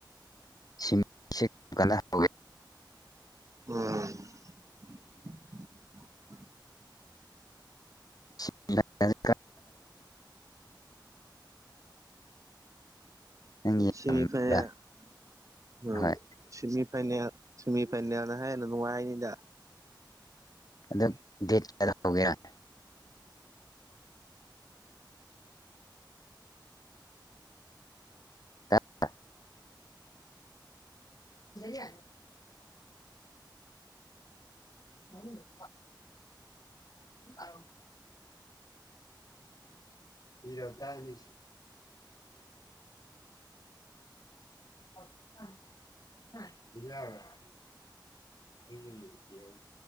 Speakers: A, on the left (about 50°); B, on the right (about 40°).
A: ꯁꯤꯃꯤꯁꯦ ꯀꯅꯥ ꯍꯧꯒ <unintelligible>
B: ꯎꯝ <inaudible>
A: ꯁꯤ <unintelligible> ꯅꯪ
B: ꯁꯦꯃꯤꯐꯥꯏꯅꯦꯜ
A: ꯌꯦꯡꯕ꯭ꯔꯥ
B: <unintelligible>
A: ꯍꯣꯏ
B: ꯁꯤꯃꯤ ꯐꯥꯏꯅꯦ ꯁꯤꯃꯤ ꯐꯥꯏꯅꯦꯜꯅ ꯍꯥꯏ ꯑꯣ ꯅꯨꯡꯉꯥꯏꯅꯤꯗ
A: ꯑꯗꯨ ꯗꯦꯠ ꯀꯌꯥꯗ ꯍꯧꯒꯦꯔ <unintelligible> ꯀ <unintelligible> ꯌ <unintelligible> ꯍ <unintelligible> ꯑ <inaudible> ꯍꯔ ꯇꯅꯤꯁꯤ <unintelligible> <inaudible>